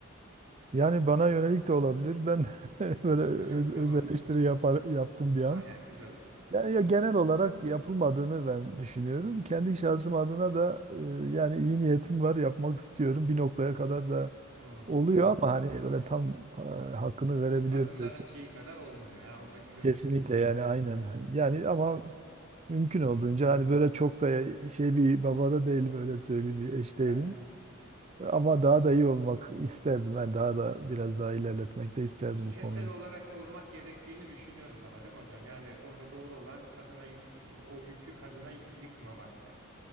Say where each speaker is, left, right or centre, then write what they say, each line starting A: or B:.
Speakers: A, on the right (about 35°); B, on the right (about 85°).
A: Yani bana yönelik de olabilir. Ben <laughs> böyle öz,
B: <laughs> Tamamdır.
A: öz eleştiri yapar, yaptım bir an.
B: Hayır, hayır, güzel hocam.
A: Ya, ya
B: Buyurun.
A: genel olarak yapılmadığını ben düşünüyorum. Kendi şahsım adına da e, yani iyi niyetim var, yapmak istiyorum. Bir noktaya kadar da
B: Hmm.
A: oluyor ama hani öyle tam e, hakkını
B: Yok,
A: verebiliyorum
B: kadınların
A: desem.
B: şeyi kadar olmuyor ya oradaki gösterdikleri
A: Kesinlikle yani aynen.
B: şey olmuyor.
A: Yani ama Mümkün olduğunca hani böyle çok da şey bir babada değilim öyle söyleyeyim bir eş değilim.
B: Yani
A: Ama daha da iyi olmak isterdim. Ben daha
B: e,
A: da biraz daha ilerletmek de isterdim
B: ilkesel
A: bu konuyu.
B: olarak olmak gerektiğini düşünüyoruz ama değil mi hocam? Yani orada doğru olan kadına yük, o yükü kadına y- yıkmamak yani.